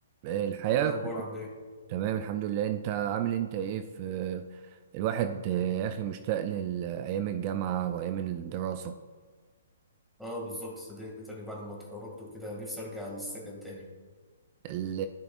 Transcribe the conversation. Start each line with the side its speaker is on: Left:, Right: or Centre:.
Right: الحياة
Centre: ايه الاخبار عامل ايه
Right: تمام الحمد لله انت عامل إيه؟ انت ايه في الواحد يا اخي مشتاق لأيام الجامعة وأيام الدراسة
Centre: اه بالظبط صدقني تاني بعد ما اتخرجت وكده نفسي ارجع للسكن تاني
Right: ال-